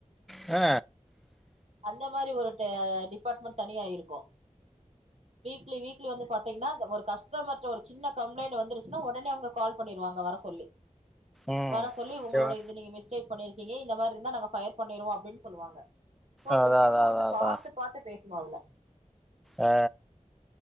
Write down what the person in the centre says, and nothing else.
ஆ
ம்
ஓகேவா
அதா
அதா
அதா அதா
ஆ